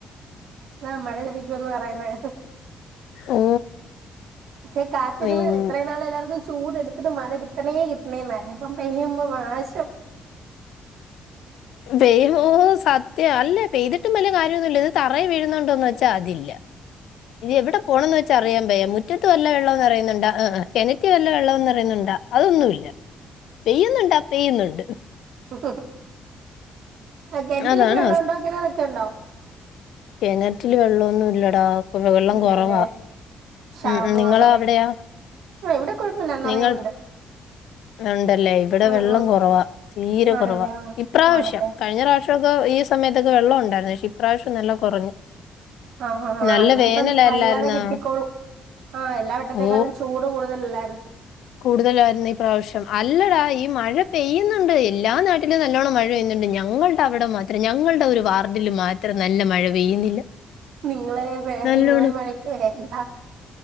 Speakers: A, on the right; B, on the left.
A: ആ മഴൽരിക്കുംന്ന് പറയുന്നേ
B: ഓ
A: പക്ഷെ കാത്തിരുന്ന്
B: പിന്നെ
A: ഇത്രയും നാൾ എല്ലാവർക്കും ചൂട്ടുത്തത് മഴ കിട്ടണേ കിട്ടണേ എന്നായിരുന്നു ഇപ്പ പെയ്യുമ്പോാശം
B: വ ഓ സത്യ അല്ലേ പെയതട്ട വല്ല ക ഇത് തറ വീഴുന്നുണ്ടോന്ന് വെച്ചാൽ അതില്ല ഇത് എവിടെ പോണംന്ന് വെച്ചാ അറിയാം യ മുറ്റത്ത് വല്ല വെള്ളംന്ന്റയുന്നുണ്ട് ആ് കിണറ്റി വല്ല വെള്ളംന്ന്റയുന്നുണ്ട് അതൊന്നുമ ഇല്ല പെയ്യുന്നുണ്ടാ പെയ്യുന്നുണ്ട്
A: ഹ് ഹ് കിണറ്റിലക്കെ
B: അതാണ്
A: വെള്ളം ഉണ്ടോ കിണറൊക്കെ ഉണ്ടോ
B: കിനറ്റില് വെള്ളമൊന്നും ഇല്ലടാ കു വെള്ളം
A: ഇല്ലല്ലേ
B: കുറവാ
A: ക്ഷാമം
B: ഉം നിങ്ങളോ
A: ആണല്ലേ
B: അവിടെയ
A: ആ ഇവിടെ കുഴപ്പമില്ല നിറയെ
B: നിങ്ങൾ
A: ഉണ്ട്
B: ഉണ്ടല്ലേ ഇവിടെ
A: ഉം
B: വെള്ളം
A: ഉം
B: കുറവാ തീരെ
A: ആണല്ലേ
B: കുറവാ
A: ആ
B: ഇപ്രാവശ്യം
A: അതെ
B: കഴിഞ്ഞ പ്രാവശ്യം പക്ഷൊക്കെ ഈ സമയത്തൊെള്ളം ഉണ്ടായിരുന്നുക്ഷ ഇപ്രാവശ്യംല്ല കുറഞ്ഞു
A: ആഹ ആ
B: നല്ല
A: ആ ഇനിയിപ്പം
B: വേനലല്ലായിരുന്നാ
A: വൈകാതെ കിട്ടിക്കോളൂ ആഹ എല്ലാ വട്ടത്തെേക്കാളും
B: ഓ
A: ചൂട് കൂടുതലല്ല
B: കൂടുതലായിരുന്നു ഈ പ്രാവശ്യം അല്ലടാ ഈ മഴ പെയ്യുന്നുണ്ട് എല്ലാ നാട്ടിലും നല്ലോണം മഴ്യ അണ്ട് ഞങ്ങളുടെ അവിടെ മാത്രം ഞങ്ങളുടെ ഒരു വാർഡില് മാത്രം നല്ല മഴ പെയ്യുന്നില്ല
A: നിങ്ങളെ വേ
B: നല്ലോണം
A: നിങ്ങളെ മഴ ക്ക് വേണ്ട